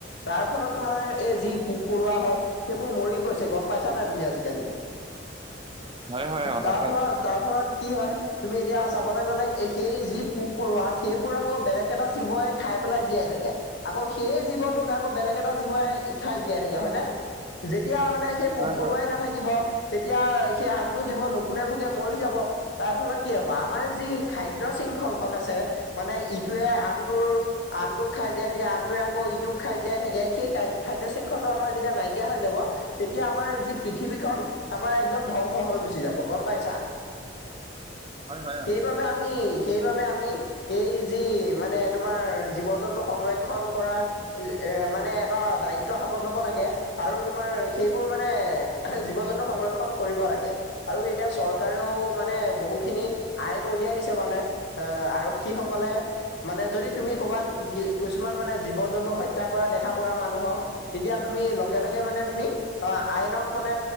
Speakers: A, on the left (about 65°); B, on the right (about 30°).
A: তাৰ ফলত তোমাৰ এই যি পোক-পৰুৱা হওক, সেইবোৰ মৰি গৈছে। গ'ম পাইছা নাই তুমি আজিকালি?
B: হয় হয় অ
A: তাৰফলত
B: তাকে
A: তাৰফলত কি হয়! তুমি এতিয়া চাবলৈ গ'লে সেই যি পোক-পৰুৱা, সেইবোৰ আকৌ বেলেগ এটা জীৱই খাই পেলাই জীয়াই থাকে। আকৌ সেই জীৱটোক আকৌ বেলেগ এটা জীৱই খাই জীয়াই থাকে হয়নে? যেতিয়া মানে সেই
B: হয়
A: পোক পৰুৱাই
B: হয় অ,
A: নাথাকিব। তেতিয়া সেই আনটো জীৱ লঘোণে, ভোকে মৰি যাব। তাৰ ফলত কি হব, আমাৰ যি খাদ্য শৃংখল খন আছে, মানে ইটোৱে আনটোৰ আনটোক খাই জীয়াই থাকে, আনটোৱে আকৌ ইটোক খাই জীয়াই থাকে, সেই খাদ্য শৃংখলটো আমাৰ যেতিয়া নাইকিয়া হৈ যাব তেতিয়া আমাৰ যি পৃথিৱীখন, আমাৰ একদম ধ্বংস হৈ গুচি যাব গম পাইছা?
B: হয় হয় অ
A: সেইবাবে
B: তাকে
A: আমি, সেইবাবে আমি এই যি মানে তোমাৰ জীৱ -জন্ত সংৰক্ষণ কৰাৰ এ মানে এটা দায়িত্ব হাতত লব লাগে, আৰু তোমাৰ সেইবোৰ মানে জীৱ-জন্তু সংৰক্ষণ কৰিব লাগে। আৰু এতিয়া চৰকাৰেও মানে বহু খিনি আইন উলিয়াই দিছে মানে, এ আৰক্ষী সকলে মানে যদি তুমি কৰ'ৰবাত কিছুমান মানে জীৱ-জন্তু হত্যা কৰা দেখা পোৱা মানুহক তেতিয়া তুমি লগে লগে মানে তুমি' অ আইনক মানে